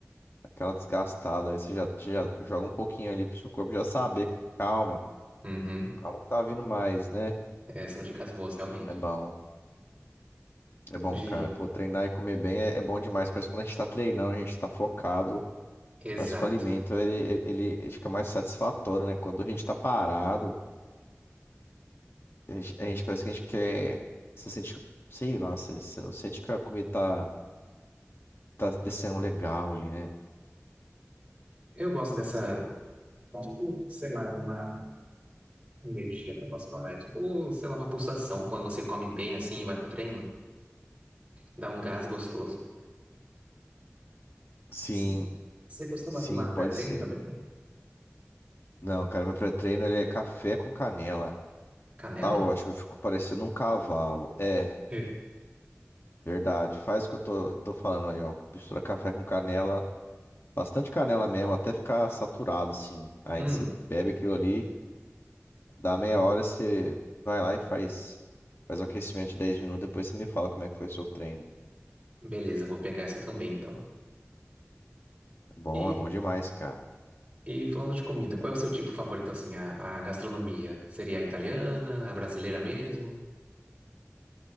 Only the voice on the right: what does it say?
Uhum.
É, são dicas boas, realmente.
De.
Exato.
Eu gosto dessa.
Tipo, sei lá, uma energia até posso falar. É tipo, sei lá, uma pulsação quando você come bem assim e vai pro treino. Dá um gás gostoso.
Sim. Você costuma
tomar pré-treino
também?
Canela?
É.
Hum,
beleza, vou pegar essa também então.
E,
e falando de comida, qual é o seu tipo favorito assim? A, a gastronomia? Seria a italiana, a brasileira mesmo?